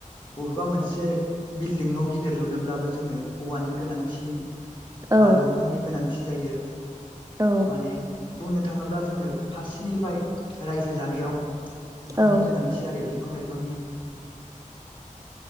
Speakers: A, on the left (about 40°); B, on the right (about 25°).
A: बबेबा मोनसे बिल्डिं नाव गिदिर लुनोब्लाबो जोंनो औवानि गोनांथि
B: औ
A: बा दंफांनि गोनांथि जायो
B: औ
A: माने बुंनो थाङोब्ला जोंनो फारसेनिफ्राय रायजो जानायाव दंफांनि
B: औ
A: गोनांथि आरो बे बिफां लाइफांनि